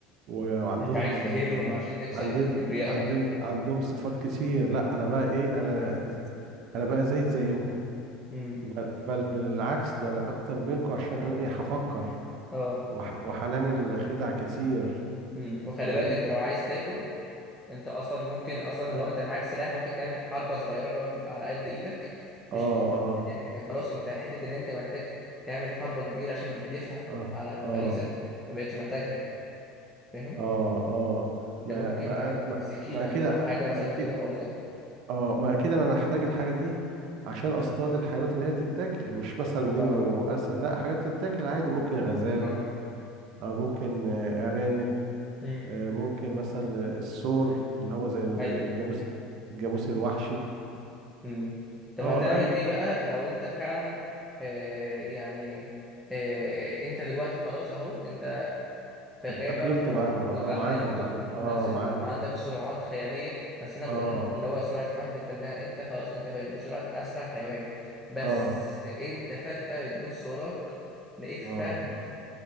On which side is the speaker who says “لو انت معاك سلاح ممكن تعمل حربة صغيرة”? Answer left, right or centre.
Centre